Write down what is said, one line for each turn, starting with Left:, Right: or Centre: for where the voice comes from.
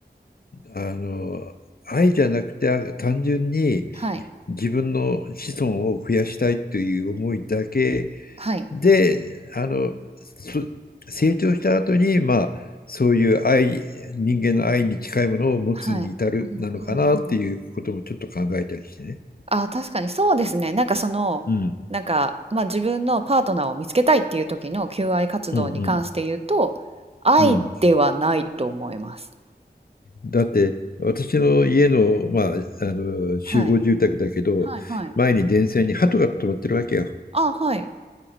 Left: あの、愛じゃなくて、あ単純に
Right: はい。
Left: 自分の子孫を増やしたいという思いだけ
Right: はい。
Left: で、あの、そ成長した後に、まあ、そういう愛、人間の愛に近いものを持つに至るなのかなっていうこともちょっと考えたりしてね。
Right: はい。うんうんうん。あー、確かにそうですね。なんかその、
Left: うん、
Right: なんか、まあ、自分のパートナーを見つけたいっていう時の求愛活動に関して言うと、
Left: うん、うん。
Right: 愛ではないと思います。
Left: うん、だって私の家の、まあ、あの集合住宅だけど前に電線に鳩が止まってるわけよ。
Right: はい。はいはい。あー、はい。